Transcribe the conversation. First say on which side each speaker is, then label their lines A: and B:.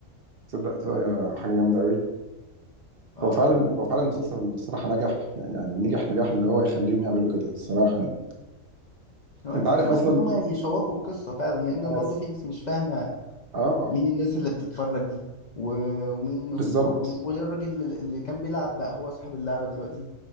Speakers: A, on the right; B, on the left.
A: تصدق تبقى حاجه جامده قوي
B: اه
A: هو فعلا هو فعلا المسلسل الصراحه نجح يعني نجح نجاح اللي هو يخليهم يعملوا كده الصراحه يعني
B: هو
A: انت
B: الفكرة
A: عارف اصلا
B: بس ان هم يشوقوا القصة فعلا لان
A: انا
B: برضو
A: س-
B: في ناس مش فاهمة
A: اه
B: مين الناس اللي بتتفرج دي و- ومين
A: بالظبط
B: و- وليه الراجل اللي كان بيلعب بقى هو صاحب اللعبة دلوقتي